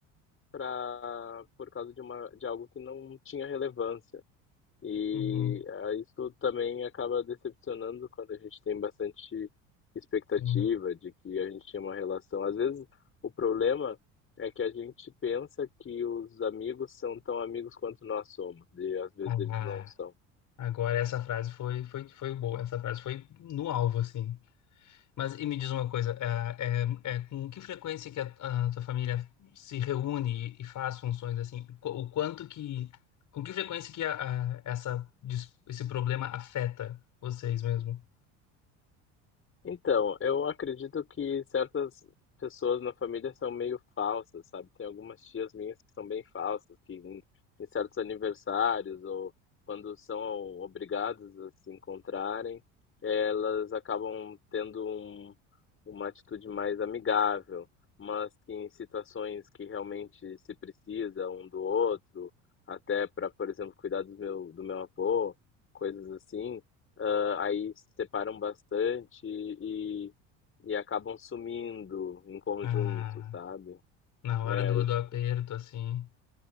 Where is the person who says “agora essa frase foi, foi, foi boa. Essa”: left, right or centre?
Left